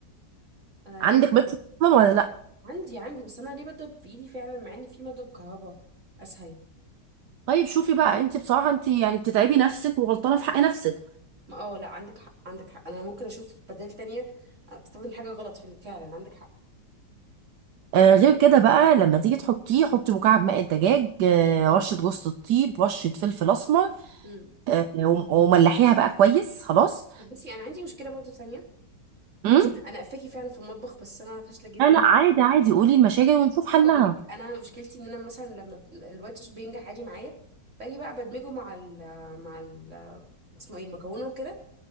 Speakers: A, on the right; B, on the right.
A: انا
B: عندك
A: ليه
B: متر اصلا ولا لا
A: عندي عندي بس انا ليه بضرب في ايدي فعلا مع ان في مضرب كهرباء اسهل
B: طيب شوفي بقى انت بصراحه انت يعني بتتعبي نفسك وغلطانه في حق نفسك
A: ما اه لا عندك حق عندك حق انا ممكن اشوف بدائل تانية أه، بستخدم حاجه غلط في فعلا عندك حق
B: آه غير كده بقى لما تيجي تحطيه حطي مكعب ماء الدجاج آه رشه جوز الطيب رشه فلفل اسمر
A: امم
B: آه وم- وملحيها بقى كويس خلاص
A: طب بصي انا عندي مشكله برضه تانية
B: امم
A: معلش انا قفاكي فعلا في المطبخ بس انا فاشله جدا
B: لا لا عادي عادي قولي المشاكل ونشوف حلها
A: هقول لك انا مشكلتي ان انا مثلا لما ب- الوايت صوص بينجح عادي معايا باجي بقى بدمجه مع ال مع ال اسمه ايه المكرونه وكده